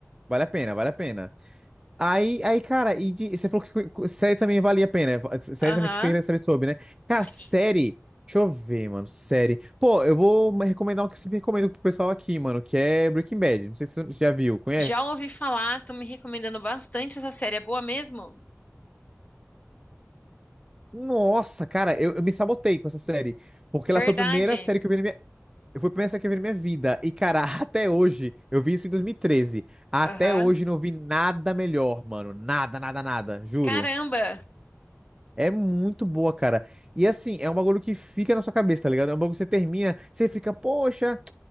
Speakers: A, on the right; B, on the left.
A: Vale a pena, vale a pena. Aí, aí, cara, e de- você falou que co- série também valia a pena. va- Série
B: Aham.
A: também que você queria saber sobre, né? Cara,
B: Sim.
A: série. Deixa eu ver, mano. Série. Pô, eu vou me recomendar um que eu sempre recomendo pro pessoal aqui, mano, que é Breaking Bad. Não sei se você já viu, conhece?
B: Já ouvi falar, tô me recomendando bastante essa série. É boa mesmo?
A: Nossa, cara, eu, eu me sabotei com essa série. Porque
B: Verdade.
A: ela foi a primeira série que eu vi na minha. Foi a primeira série que eu vi na minha vida. E, cara, <laughs> até hoje, eu vi isso em 2013. Até
B: Aham.
A: hoje não vi nada melhor, mano. Nada, nada, nada. Juro.
B: Caramba.
A: É muito boa, cara. E assim, é um bagulho que fica na sua cabeça, tá ligado? É um bagulho que você termina, você fica, poxa,